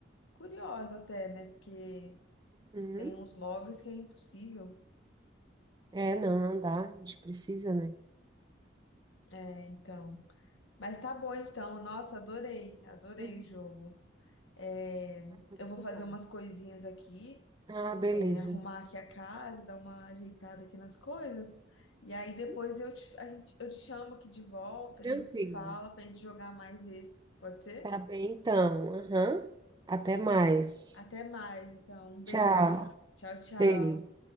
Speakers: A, on the left; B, on the right.
A: Curiosa até, né? Porque
B: Uhum.
A: tem uns móveis que é impossível.
B: É, não, não dá. A gente precisa, né?
A: É, então. Mas tá bom então. Nossa, adorei. Adorei
B: Uhum.
A: o jogo. É,
B: Foi
A: eu
B: Muito
A: vou fazer
B: bom.
A: umas coisinhas aqui,
B: Ah, beleza.
A: é, arrumar aqui a casa, dar uma ajeitada aqui nas coisas. E aí depois
B: Uhum.
A: eu te, a gente, eu te chamo aqui de volta, a
B: Tranquilo.
A: gente se fala pra gente jogar mais esse. Pode ser?
B: Tá bem, então. Aham. Até mais.
A: Até mais, então. Um beijo.
B: Tchau.
A: Tchau, tchau.
B: Beijo.